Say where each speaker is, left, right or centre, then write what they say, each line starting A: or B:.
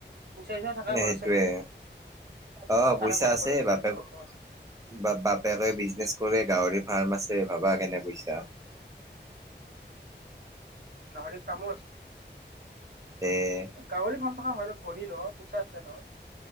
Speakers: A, on the right; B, on the right.
A: প‌ইচা চ‌ইচা থাকাই
B: সেইটোয়ে
A: ঘৰৰ ছোৱালী চাগে,
B: অ পইচা
A: কাৰকো নকৰে
B: আছে
A: প‌ইচা
B: বাপেক
A: দেউতাকৰ ওচৰত।
B: বা বা বাপেকে বিজনেচ কৰে গাহৰি ফাৰ্ম আছে, ভাবা কেনে পইছা।
A: গাহৰি ৰ্ফাম‌ও আছে।
B: <unintelligible>
A: গাহৰি ৰ্ফাম থকা হ'লে ধনী ন, প‌ইচা আছে ন'হয়।